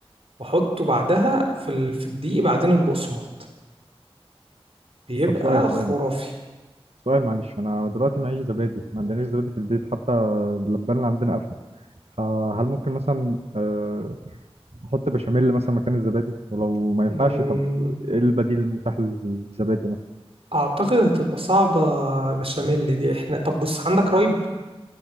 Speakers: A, on the right; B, on the right.
A: واحطه بعدها في ال- في الدقيق بعدين البقسماط بيبقى
B: طب سؤال سؤال
A: خرافي
B: سؤال معلش انا دلوقتي معيش زبادي ما عندناش زبادي في البيت حتى اللبان اللي عندنا قفل فهل ممكن مثلا آه، احط بشاميل مثلا مكان الزبادي ولو ما ينفعش
A: مم،
B: طب ايه البديل المتاح للزبادي مثلا
A: اعتقد هتبقى صعبة بشاميل دي احنا طب بص عندك رايب